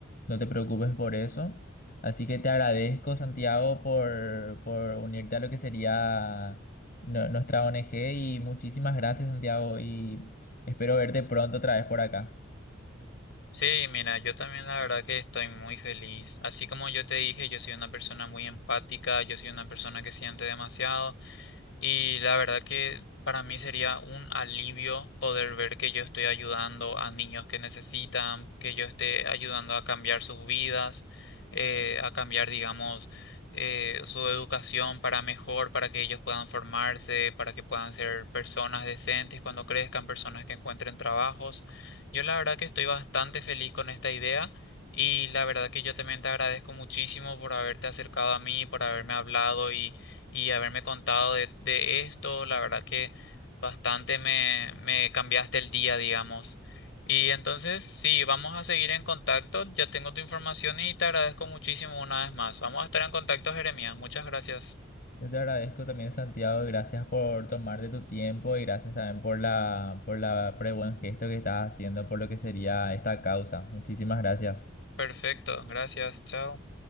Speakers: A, on the left; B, on the left.
A: no te preocupes por eso. Así que te agradezco, Santiago, por, por unirte a lo que sería nu- nuestra ONG y muchísimas gracias, Santiago, y espero verte pronto otra vez por acá.
B: Sí, mira, yo también la verdad que estoy muy feliz. Así como yo te dije, yo soy una persona muy empática, yo soy una persona que siente demasiado. Y la verdad que para mí sería un alivio poder ver que yo estoy ayudando a niños que necesitan, que yo esté ayudando a cambiar sus vidas, eh, a cambiar, digamos, eh, su educación para mejor, para que ellos puedan formarse, para que puedan ser personas decentes cuando crezcan, personas que encuentren trabajos. Yo la verdad que estoy bastante feliz con esta idea. Y la verdad que yo también te agradezco muchísimo por haberte acercado a mí, por haberme hablado y y haberme contado de, de esto. La verdad que bastante me, me cambiaste el día, digamos. Y entonces, sí, vamos a seguir en contacto. Ya tengo tu información y te agradezco muchísimo una vez más. Vamos a estar en contacto, Jeremías. Muchas gracias.
A: Yo te agradezco también, Santiago, y gracias por tomarte tu tiempo y gracias también por la, por la, por el buen gesto que estás haciendo por lo que sería esta causa. Muchísimas gracias.
B: Perfecto, gracias. Chao.